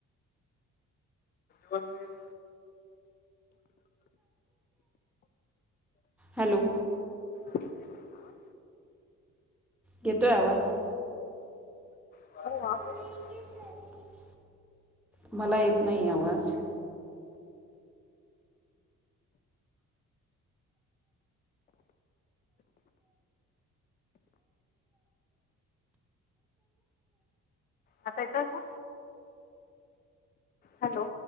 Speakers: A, on the left; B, in the centre.
A: वन मिनिट
B: हॅलो
A: हा
B: येतोय आवाज
A: हो आवाज
B: <unintelligible>
A: येतोय मला
B: मला येत नाही आवाज.
A: आता येतोय का? हॅलो